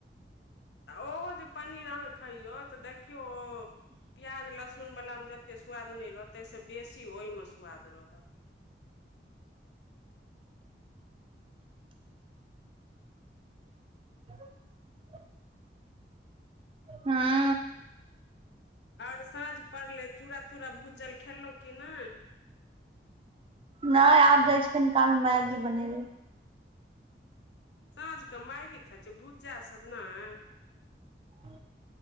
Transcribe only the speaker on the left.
ओहो जे पनीर अहाँ खइयौ तऽ देखियौ ओ प्याज लहसुन बलामे जते स्वाद नहि रहत, तहिसँ बेसी ओय ऽम स्वाद रहत।
आऔर साँझ पड़लै चूरा- तूरा भूजल खेलहुं की नहि।
साँझ क मैइगी खाइ छी, भुज्जा सब नए।